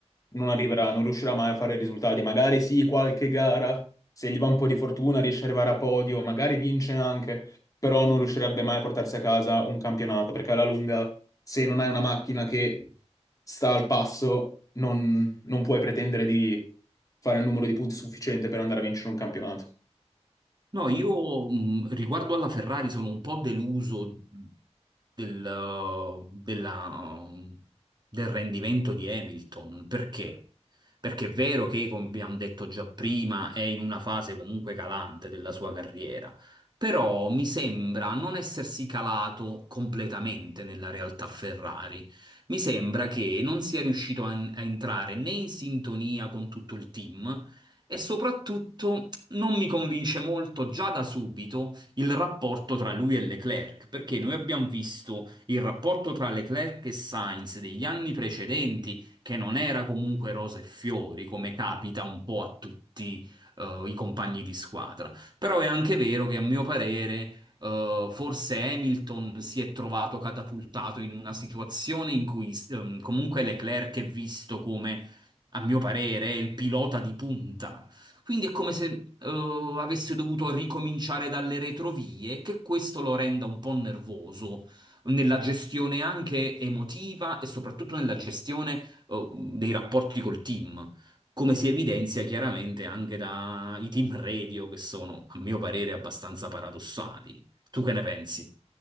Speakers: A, on the left; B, on the right.
A: non arriverà, non riuscirà mai a fare risultati. Magari sì, qualche gara, se gli va un po' di fortuna, riesce ad arrivare a podio, magari vince anche, però non riuscirebbe mai a portarsi a casa un campionato, perché alla lunga, se non hai una macchina che sta al passo, non non puoi pretendere di fare il numero di punti sufficiente per andare a vincere un campionato.
B: No, io mh, riguardo alla Ferrari sono un po' deluso Mm. del, eh, della, eh, del rendimento di Hamilton. Perché? Perché è vero che, come abbiamo detto già prima, è in una fase comunque calante della sua carriera, però mi sembra non essersi calato completamente nella realtà Ferrari. Mi sembra che non sia riuscito a a entrare né in sintonia con tutto il team e soprattutto non mi convince molto già da subito il rapporto tra lui e Leclerc, perché noi abbiamo visto il rapporto tra Leclerc e Sainz degli anni precedenti, che non era comunque rose e fiori, come capita un po' a tutti, eh, i compagni di squadra. Però è anche vero che a mio parere, eh, forse Hamilton si è trovato catapultato in una situazione in cui, ehm, comunque Leclerc è visto come a mio parere, è il pilota di punta quindi è come se eh, avesse dovuto ricominciare dalle retrovie, che questo lo renda un po' nervoso nella gestione anche emotiva e soprattutto nella gestione eh, dei rapporti col team, come si evidenzia chiaramente anche dai team radio, che sono, a mio parere, abbastanza paradossali. Tu che ne pensi?